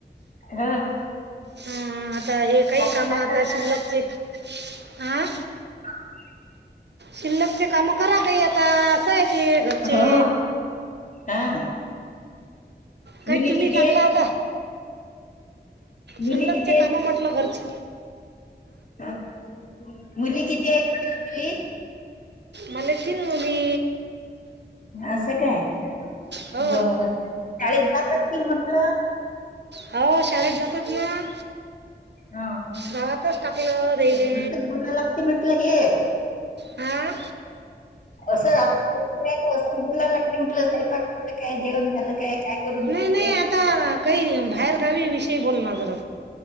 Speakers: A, on the left; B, on the right.
A: हा
B: हा आता हे काही
A: बाकी
B: काम
A: काय
B: आता
A: करत
B: शिल्लकचे. हा
A: <inaudible>
B: शिल्लकचे काम करा. काही आता असं आहे ते घरचे.
A: असतात हो हा
B: काही
A: मुली
B: तुम्ही
A: किती
B: चांगला
A: आहेत
B: आता
A: मुली
B: सुल्लकच्या
A: किती आहेत
B: कामा म्हटलं घरच.
A: हा मुली किती आहे म्हटलं तुलि?
B: मले तिन मुली.
A: असं काय!
B: हो
A: बरं. चाळीस जात असतील म्हटलं
B: हो शाळेेत जातात ना.
A: हा
B: गावातच टाकलं तेले.
A: असंच बोलायला लागते म्हटलं हे
B: अह.
A: <inaudible> असं आपलं बोलायला लागती म्हटलं सायपाक झालं काय? जेवण झालं काय? काय करून
B: नाही
A: देते?
B: नाही. आता काही बाहेर गावी विषयी बोलणार जरा.